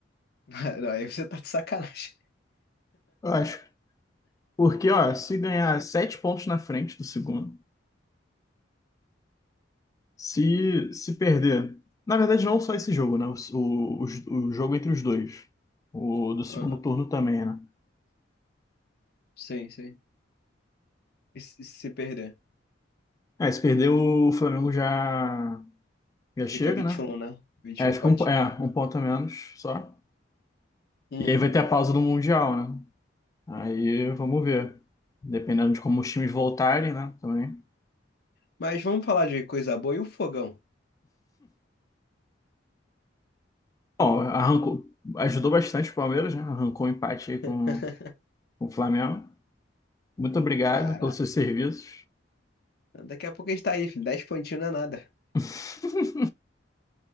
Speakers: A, on the left; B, on the left.
A: <laughs> Não, aí você tá de sacanagem.
B: Eu acho. Porque, ó, se ganhar sete pontos na frente do segundo, se, se perder. Na verdade, não só esse jogo, né? O, o, o jogo entre os dois. O do segundo
A: Aham.
B: turno também, né?
A: Sim, sim. E se se perder?
B: É, se perder, o Flamengo já, já
A: Fica
B: chega,
A: vinte
B: né?
A: e um, né? 21
B: É, fica
A: pontinhos.
B: um, po- é, um ponto a menos só.
A: Uhum.
B: E aí vai ter a pausa do Mundial, né? Aí vamos ver. Dependendo de como os times voltarem, né? Também.
A: Mas vamos falar de coisa boa e o fogão.
B: Bom, arrancou, ajudou bastante o Palmeiras, né? Arrancou o empate aí com,
A: <laughs>
B: com o Flamengo. Muito obrigado
A: Cara.
B: pelos seus serviços.
A: Daqui a pouco a gente tá aí, filho. 10 pontinhos não é nada.
B: <laughs>